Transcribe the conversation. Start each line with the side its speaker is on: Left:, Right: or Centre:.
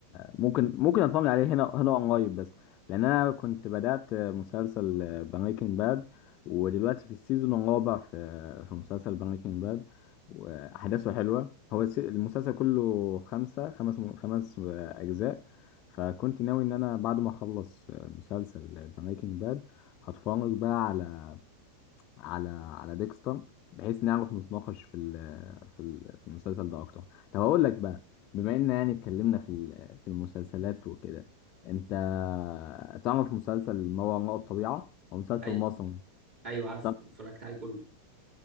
Left: ممكن ممكن اتفرج عليه هنا هنا قريب بس لان انا كنت بدات مسلسل بريكنج باد ودلوقتي في السيزون الرابع في في مسلسل بريكنج باد واحداثه حلوه هو الس- المسلسل كله خمسه خمس خمس اجزاء فكنت ناوي ان انا بعد ما اخلص مسلسل بريكنج باد هتفرج بقى على على على ديكستون بحيث نعرف نتناقش في ال في ال في المسلسل ده اكتر طب اقول لك بقى بما ان يعني اتكلمنا في ال- في المسلسلات وكده انت تعرف مسلسل ما وراء الطبيعة هو مسلسل
Right: اي
Left: مصري
Right: ايوه عارفه
Left: طب
Right: واتفرجت عليه كله